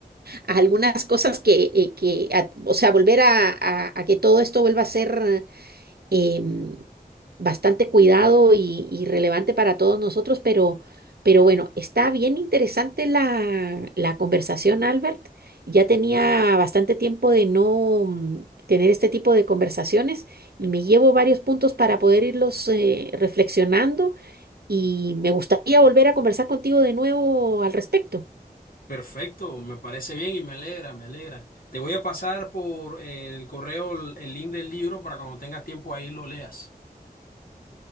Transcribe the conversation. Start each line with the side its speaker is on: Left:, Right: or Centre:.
Right: a algunas cosas que, eh, que a- o sea, volver a, a- a que todo esto vuelva a ser em, bastante cuidado y, y relevante para todos nosotros, pero, pero bueno, está bien interesante la, la conversación, Albert. Ya tenía bastante tiempo de no mm, tener este tipo de conversaciones y me llevo varios puntos para poder irlos eh, reflexionando y me gustaría volver a conversar contigo de nuevo al respecto.
Left: perfecto, me parece bien y me alegra, me alegra. Te voy a pasar por el correo el el link del libro para cuando tengas tiempo ahí lo leas.